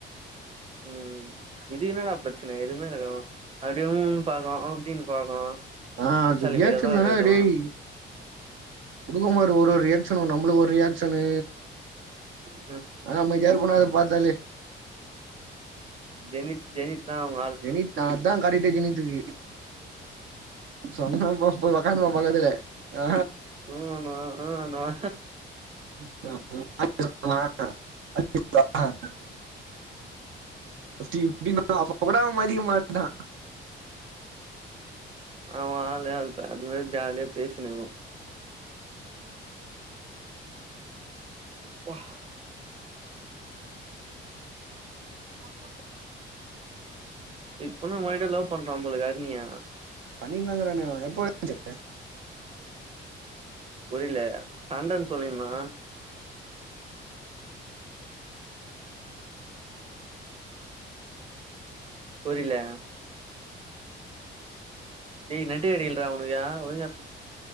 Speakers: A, on the right (about 30°); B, on the right (about 75°).
A: ம் இது என்னடா பிரச்சனை ஏதுமே இருக்கு அப்டே உம்ன்னு பாக்கு ஆ அப்டின்னு பாக்கு
B: ஆ அது
A: விசாலு
B: ரியாக்ஷன்
A: மாரியேதா இருக்கு
B: தான
A: இதுவு
B: டேய் குடுக்கும் பாரு ஒரு ஒரு ரியா க்ஷன் நம்பளுக்கு ஒரு ரியாக்ஷனு
A: ம்
B: அமைதியா இருக்கு டா அத பாத்தாலே
A: ஜெனித் ஜெனித் தா‌ அவ
B: ஜெனித் தா அதா கரெக்ட்டே ஜெனித்துக்கு சொன்ன போ போ உக்காந்துக்குவா பக்கத்துலே ஆ
A: உம்முன்னுவா ஆன்னுவா
B: <unintelligible> ஃபர்ஸ்ட்டு இப்டினா அப்ப கூட அவ மதிக்க மாட்டா
A: அவன் ஆளு அ அது மாரி ஜாலியா பேசின்னு இருக்கு <unintelligible> <unintelligible> இப்பென்னா ஒரேடியா லவ் பண்றா போல ஹரிணிய
B: பண்ணினு தா இருக்கறானே அவ எப்போ வன்சு
A: புரில சண்டன்னு சொல்லி இருந்தா புரில டேய் நெட்டு கிடைக்கலடா உனக்கு ஒழுங்கா பேசு